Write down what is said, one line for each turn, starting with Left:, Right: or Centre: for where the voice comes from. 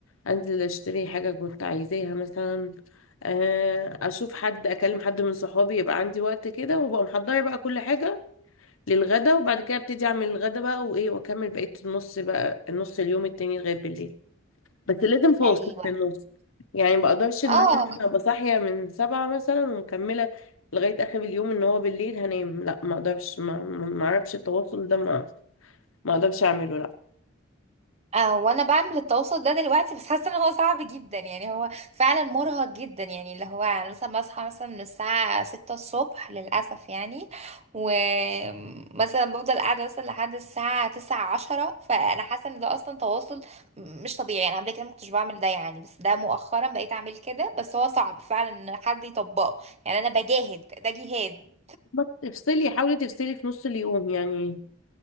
Left: انزل اشتري حاجة كنت عايزاها مثلا آه، اشوف حد اكلم حد من صحابي يبقى عندي وقت كده وابقى محضرة بقى كل حاجة للغدا وبعد كده ابتدي اعمل الغدا بقى وايه واكمل بقية النص بقى النص اليوم التاني لغاية بالليل بس لازم فاصل
Right: ايوه
Left: في النص يعني ما بقدرش ان
Right: اه
Left: انا مثلا ابقى صاحيه من سبعة مثلا ومكمله لغايه اخر اليوم ان هو بالليل هنام لا ما اقدرش ما ما- ما اعرفش التواصل ده ما ما اقدرش اعمله لا
Right: آه، وانا بعمل التواصل ده دلوقتي بس حاسه ان هو صعب جدا يعني هو فعلا مرهق جدا يعني اللي هو انا مثلا بصحى مثلا من الساعه 6 الصبح للاسف يعني ومثلا بفضل قاعده مثلا لحد الساعه 9 10 فانا حاسه ان ده اصلا تواصل مش طبيعي انا قبل كده ما كنتش بعمل ده يعني بس ده مؤخرا بقيت اعمل كده بس هو صعب فعلا ان حد يطبقه يعني انا بجاهد ده جهاد
Left: بس افصلي حاولي تفصلي في نص اليوم يعني